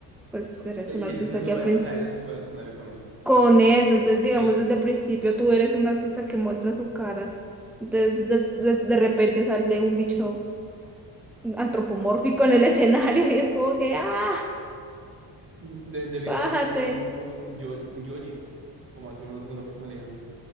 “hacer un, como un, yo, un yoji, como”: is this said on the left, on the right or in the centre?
Right